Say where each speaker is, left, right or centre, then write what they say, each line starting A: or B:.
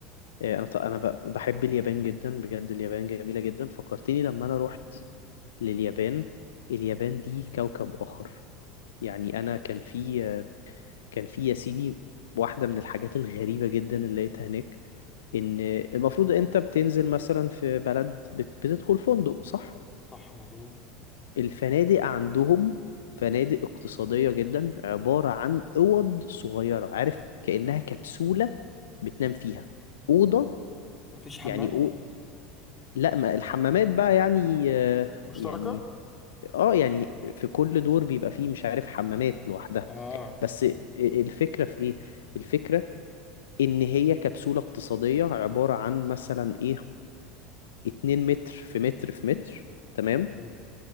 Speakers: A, on the left; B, on the left.
A: آه، انا ط- انا ب- بحب اليابان جدا بجد اليابان جميلة جدا فكرتني لما انا رحت لليابان اليابان دي كوكب آخر يعني انا كان في آه، كان في يا سيدي واحدة من الحاجات الغريبة جدا اللي لقيتها هناك ان المفروض انت بتنزل مثلا في بلد بت- بتدخل فندق صح
B: صح مظبوط
A: الفنادق عندهم فنادق اقتصادية جدا عبارة عن أوض صغيرة عارف كأنها كبسولة بتنام فيها أوضة
B: مفيش حمام
A: يعني أو... لا ما الحمامات بقى يعني آه،
B: مشتركة
A: يعني اه يعني في كل دور بيبقى فيه مش عارف حمامات لوحدها
B: اه
A: بس الفكرة في ايه الفكرة ان هي كبسولة اقتصادية عبارة عن مثلا ايه 2 متر في متر في متر تمام
B: حلو.